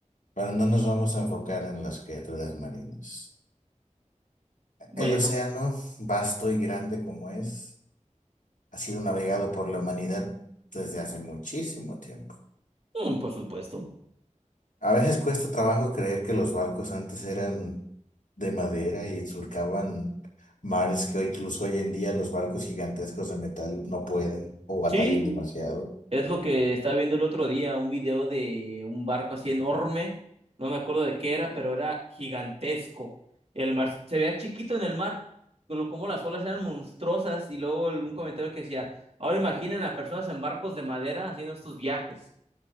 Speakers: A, on the left (about 80°); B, on the right (about 50°).
A: pero no nos vamos a enfocar en las criaturas marinas.
B: Bueno,
A: El océano, vasto y grande como es, ha sido navegado por la humanidad desde hace muchísimo tiempo.
B: mm, por supuesto.
A: A veces cuesta trabajo creer que los barcos antes eran de madera y surcaban mares que hoy- incluso hoy en día los barcos gigantescos de metal no pueden o batallan
B: Sí,
A: demasiado.
B: es lo que estaba viendo el otro día, un video de un barco así enorme. No me acuerdo de qué era, pero era gigantesco. El mar se veía chiquito en el mar, pero como las olas eran monstruosas. Y luego el- un comentario que decía, ahora imaginen a personas en barcos de madera haciendo estos viajes